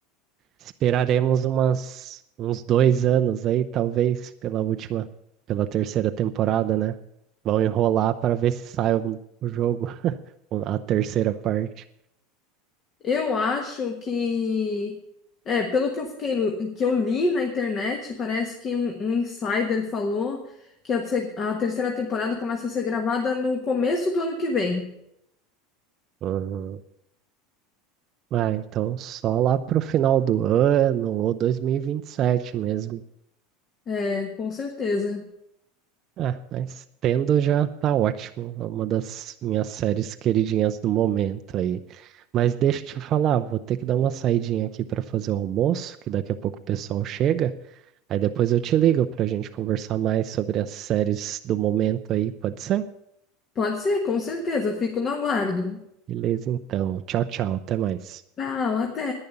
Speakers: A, on the right (about 30°); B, on the left (about 25°).
A: Esperaremos umas, uns dois anos aí, talvez, pela última, pela terceira temporada, né? Vão enrolar para ver se sai o, o jogo, <laughs> a terceira parte.
B: Eu acho que. É, pelo que eu fiquei, que eu li na internet, parece que um, um insider falou que a, se- a terceira temporada começa a ser gravada no começo do ano que vem.
A: Uhum. Ah, então só lá pro final do ano ou dois mil e e vinte e sete mesmo.
B: É, com certeza.
A: É, mas tendo já tá ótimo. É uma das minhas séries queridinhas do momento aí. Mas deixa eu te falar, vou ter que dar uma saidinha aqui para fazer o almoço, que daqui a pouco o pessoal chega. Aí depois eu te ligo pra gente conversar mais sobre as séries do momento aí, pode ser?
B: Pode ser, com certeza. Eu fico no aguardo.
A: Beleza, então. Tchau, tchau. Até mais.
B: Tchau, até.